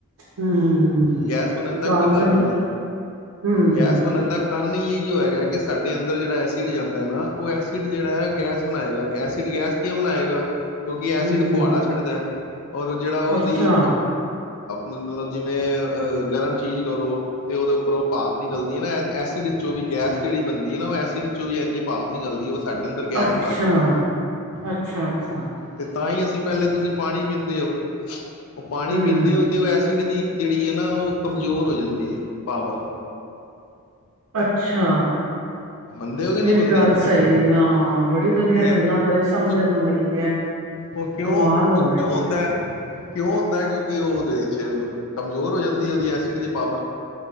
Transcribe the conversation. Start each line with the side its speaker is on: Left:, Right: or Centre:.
Right: ਹੂੰ
Left: ਗੈਸ ਬਣਨ ਦਾ
Right: ਗੱਲ
Left: ਕੀ ਕਾਰਨ
Right: ਬਿਲਕੁਲ
Left: ਹੈ
Right: ਹੂੰ
Left: ਗੈਸ ਬਣਨ ਦਾ ਕਾਰਨ ਹੀ ਹੈ ਹੈਗਾ ਕਿ ਸਾਡੇ ਅੰਦਰ ਜਿਹੜਾ ਐਸਿਡ ਜਾਂਦਾ ਹੈ ਨਾ ਉਹ ਐਸਿਡ ਜਿਹੜਾ ਹੈ ਗੈਸ ਬਣਾਏਗਾ ਐਸਿਡ ਗੈਸ ਕਿਉਂ ਬਣਾਏਗਾ ਕਿਉਂਕਿ ਐਸਿਡ
Right: ਹੂੰ
Left: ਫੁਹੜਾ ਛੱਡਦਾ ਹੈ ਔਰ ਜਿਹੜਾ ਉਹਦੀ
Right: ਅੱਛਾ
Left: ਮਤਲਬ ਜਿਵੇਂ ਅਹ ਗਰਮ ਚੀਜ਼ ਕਰੋ ਤੇ ਉਹਦੇ ਉੱਪਰ ਉਹ ਪਾਪ ਨਿਕਲਦੀ ਹੈ ਨਾ ਐਸਿਡ ਵਿੱਚੋਂ ਵੀ ਗੈਸ ਜਿਹੜੀ ਬਣਦੀ ਹੈ ਨਾ ਉਹ ਐਸਿਡ ਚੋਂ ਵੀ ਐ ਜੀ ਪਾਪ ਨਿਕਲਦੀ ਉਹ ਸਾਡੇ ਅੰਦਰ ਗੈਸ
Right: ਅੱਛਾ
Left: ਬਣਾ ਦਿੰਦੀ ਹੈ
Right: ਅੱਛਾ ਅੱਛਾ
Left: ਤੇ ਤਾਂ ਹੀ ਅਸੀਂ ਪਹਿਲੇ ਤੁਸੀਂ ਪਾਣੀ ਪੀਂਦੇ ਹੋ ਉਹ ਪਾਣੀ
Right: ਹੂੰ
Left: ਪੀਂਦੇ ਹੋ ਤੇ ਉਹ ਐ ਸ ਦੀ ਜਿਹੜੀ ਹੈ ਨਾ ਉਹ ਕਮਜ਼ੋਰ ਹੋ ਜਾਂਦੀ ਹੈ ਪਾਵਰ
Right: ਅੱਛਾ
Left: ਮੰਨਦੇ ਹੋ ਕਿ ਨਹੀਂ
Right: ਇਹ ਵੀ
Left: ਮੰਨਦੇ
Right: ਗੱਲ ਸਹੀ ਹੈ ਮੈਂ ਬੜੀ ਵਧੀਆ
Left: ਤੇ
Right: ਗੱਲਾਂ ਬ ਸਮਝਣ
Left: ਉਹ
Right: ਨੂੰ ਮਿਲਦੀਆਂ
Left: ਉਹ ਕਿਉਂ
Right: ਕਮਾਲ ਹੋ
Left: ਉਹ ਕਿਉਂ
Right: ਗਏ
Left: ਹੁੰਦਾ ਹੈ ਕਿਉਂ ਹੁੰਦਾ ਕਿਉਂਕਿ ਉਹਦੇ ਚ ਕਮਜ਼ੋਰ ਹੋ ਜਾਂਦੀ ਉਹਦੀ ਐਸਿਡ ਦੀ ਪਾਵਰ